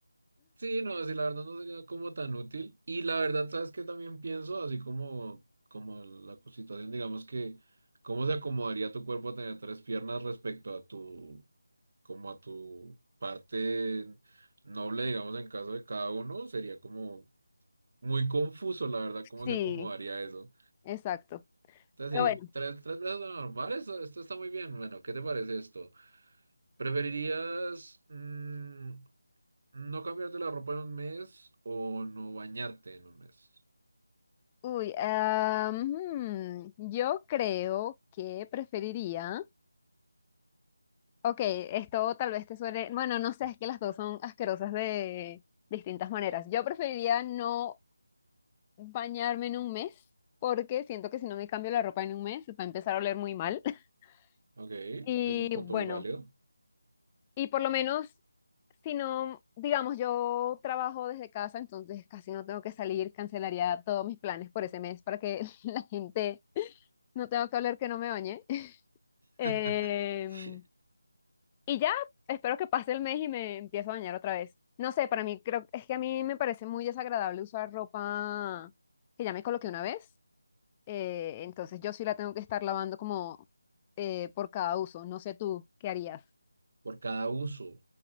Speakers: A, on the right; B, on the left.
A: Sí, no, sí, la verdad no sería como tan útil. Y la verdad, ¿sabes qué también pienso? Así como, como la situación, digamos que, ¿cómo se acomodaría tu cuerpo a tener tres piernas respecto a tu, como a tu parte noble, digamos, en caso de cada uno? Sería como muy confuso, la verdad, cómo
B: Sí,
A: se acomodaría eso.
B: exacto.
A: Entonces,
B: Pero bueno.
A: sí, tres, tres brazos normales, esto, esto está muy bien. Bueno, ¿qué te parece esto? ¿Preferirías, mm, no cambiarte la ropa en un mes o no bañarte en un mes.
B: Uy, ah, hmm, yo creo que preferiría. Ok, esto tal vez te suene. Bueno, no sé, es que las dos son asquerosas de distintas maneras. Yo preferiría no bañarme en un mes, porque siento que si no me cambio la ropa en un mes, va a empezar a oler muy mal. <laughs>
A: Ok,
B: Y
A: es un punto
B: bueno,
A: muy válido.
B: y por lo menos, si no, digamos, yo trabajo desde casa, entonces casi no tengo que salir, cancelaría todos mis planes por ese mes para que <laughs> la gente no tenga que hablar que no me bañe. Eh,
A: <laughs>
B: y ya, espero que pase el mes y me empiezo a bañar otra vez. No sé, para mí creo, es que a mí me parece muy desagradable usar ropa que ya me coloqué una vez. eh, entonces yo sí la tengo que estar lavando como eh, por cada uso. No sé tú, ¿qué harías?
A: Por cada uso.